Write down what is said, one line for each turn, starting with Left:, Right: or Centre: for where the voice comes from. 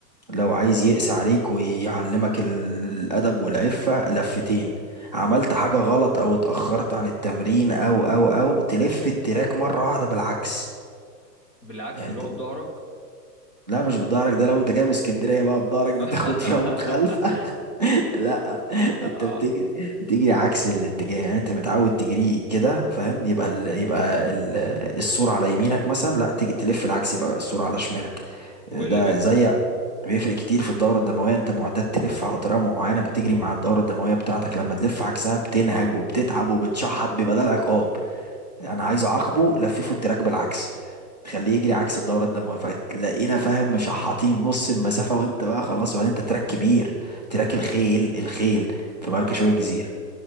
Right: لو عايز يقسى عليك ويعلمك الادب والعفه لفتين عملت
Left: مم.
Right: حاجه غلط او اتاخرت عن التمرين او او او تلف التراك مره واحده بالعكس
Left: بالعكس
Right: يعني
Left: اللي
Right: انت
Left: هو
Right: بت-
Left: بظهرك
Right: لا مش بضهرك ده لو انت جاي من اسكندريه بقى بضهرك دي
Left: <laughs>
Right: تاخد فيها مخالفه <laughs> لا
Left: اه
Right: انت بتجري بتجري عكس الاتجاه يعني انت متعود تجري كده فاهم يبقى ال... يبقى ال... السرعه على يمينك مثلا لا تيجي تلف العكس يبقى السرعه على شمالك
Left: هو
Right: ده
Left: ايه اللي بيفرق
Right: زي
Left: اصلا
Right: بيفرق كتير في الدوره الدمويه انت معتاد تلف على طريقه معينه بتجري مع الدوره الدمويه بتاعتك لما تلف عكسها بتنهج وبتتعب وبتشحط بيبقى ده العقاب انا عايز اعاقبه لففه التراك بالعكس تخليه يجري عكس الدورة الدموية فتلاقينا فاهم مشحطين نص المسافة وانت بقى خلاص وبعدين انت تراك كبير تراك الخيل الخيل في مركز
Left: اه
Right: شوية الجزيرة